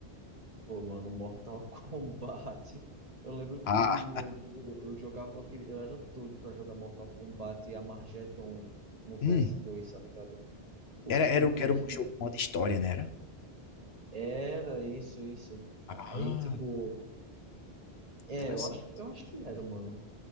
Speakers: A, on the right; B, on the left.
A: Pô, mano, Mortal <laughs> Kombat. Eu lembro
B: Ah,
A: que eu, eu, eu jogava, eu, queria, eu era doido pra jogar Mortal Kombat e Armageddon no PS2,
B: hum.
A: tá ligado? Por
B: Era, era,
A: conta
B: o- era
A: que
B: um jogo modo história, né? Era?
A: era isso, isso.
B: Ah,
A: Aí, tipo, é,
B: interessante.
A: eu acho que, eu acho que era, mano.